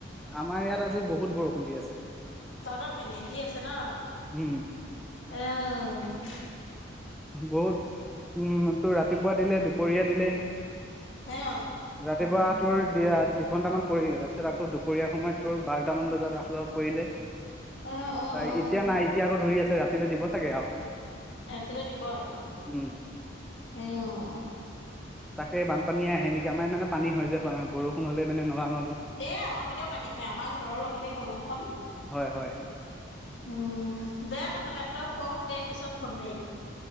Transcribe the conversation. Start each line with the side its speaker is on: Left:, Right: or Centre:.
Centre: আমাৰ ইয়াত আজি বহুত বৰষুণ দি আছে।
Left: তহঁতৰ এনে দি আছে ন
Centre: উম,
Left: আহ
Centre: বহুত উম তোৰ ৰাতিপুৱা দিলে দুপৰীয়া দিলে
Left: অ
Centre: ৰাতিপুৱা তোৰ দা দুঘন্টামান পৰিলে তাৰপিছত দুপৰীয়া সময়ত তোৰ বাৰটাামান বজাত লাখ লভ পৰিলে
Left: অ
Centre: হয়
Left: অ অ
Centre: এতিয়া নাই এতিয়া আকৌ ধৰি আছে ৰাতি দিব দিব চাগে আৰু
Left: একা <inaudible> তে দিব আৰু
Centre: উম,
Left: অহ
Centre: তাকে বানপানীয়ে আহে নেকি আমাৰ মানে পানী হয় যে বৰষুণ আহিলে মানে নলা ন
Left: এ আমাৰ পিনেও পানী হয় আমাৰ ঘৰৰ লগতে কলং খন
Centre: হয়, হয়,
Left: উম দে নহলে তই পঢ় দে পিছত ফোন কৰিম।